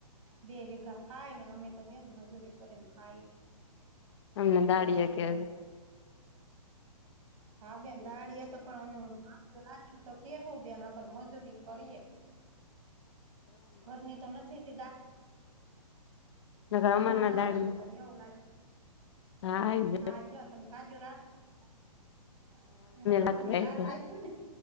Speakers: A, on the right; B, on the left.
A: બે- - ખાય ને, અમે તો બેન મજૂરી કરીને ખાય
B: અમને દાળિયા
A: એવું છે.
B: કે
A: હા, બેંદાડીએ તો- - પણ હું બા રા છું, તો કેવું બેન, આગર મજૂરી કરીએ. ઘરની તો નથી, દા- -
B: છે અમાર ના આઈ જાય
A: તરને
B: દાળિયા નકર અમાર ના
A: આવશે,
B: દાળિયા
A: તો એવું લાગ
B: હા આઈ
A: હા, તમ હા, જો રાત- - એમ તો ક
B: જાય
A: તમ લાટ રાખ્યો ને